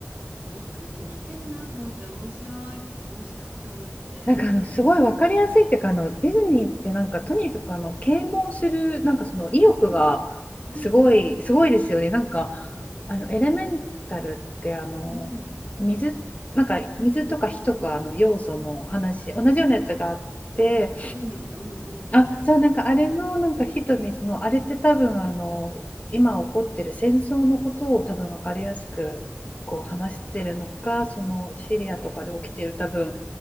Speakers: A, on the right; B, on the left.
A: よくできてるなと思って、面白い、面白いと思って、
B: なんかあのすごい分かりやすいっていうかあのディズニーってなんかとにかくあの啓蒙するなんかその意欲がすごいすごいですよねなんか
A: うん、うん、うん、うん、うん、うん、
B: あのエレメンタルってあの水なんか水とか火とかの要素の話同じようなやつがあって
A: うん、うんああ、あ、エレメント、うん、うん、うん、
B: あ、そう、なんかあれの、なんかヒトミスの、あれって多分、あの、今起こってる戦争のことを多分分かりやすくこう話してるのか、
A: ああ、
B: そのシリアとかで起きてる多分、
A: うん、